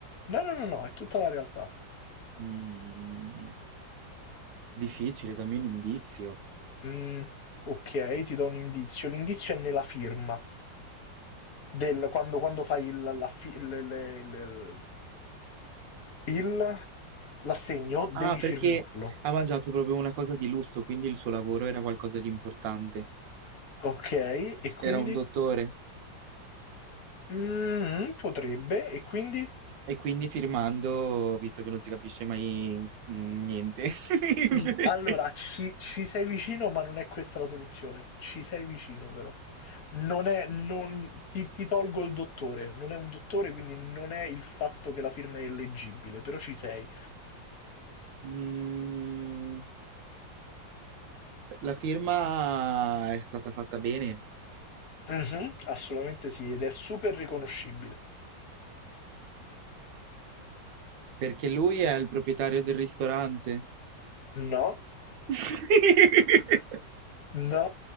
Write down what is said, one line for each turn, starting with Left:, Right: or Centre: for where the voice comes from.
Left: No, no, no, no, è tutta la realtà.
Right: Mm, difficile, dammi un indizio.
Left: Mm, ok, ti do un indizio. L'indizio è nella firma, del, quando, quando fai il, la fi- le- le- le- il- l'assegno devi
Right: Ah, perché
Left: firmarlo.
Right: ha mangiato proprio una cosa di lusso, quindi il suo lavoro era qualcosa di importante.
Left: Ok, e quindi?
Right: Era un dottore.
Left: Mm, potrebbe, e quindi?
Right: E quindi firmando, visto che non si capisce mai mm, niente. <laughs>
Left: Mm, allora, ci, ci sei vicino, ma non è questa la soluzione. Ci sei vicino, però. Non è, non- ti, ti tolgo il dottore, non è un dottore, quindi non è il fatto che la firma è illeggibile, però ci sei.
Right: Mm, cioè, la firma è stata fatta bene
Left: Mhm, assolutamente sì, ed è super riconoscibile.
Right: perché lui è il proprietario del ristorante.
Left: No,
Right: <laughs>
Left: no,